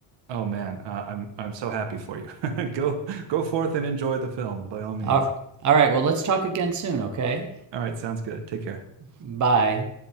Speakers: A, on the right; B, on the right.
A: Oh man, uh, I'm I'm so happy for you. <laughs> Go go forth and enjoy the film by all means.
B: All, all right. Well, let's talk again soon. Okay.
A: All right, sounds good. Take care.
B: Bye.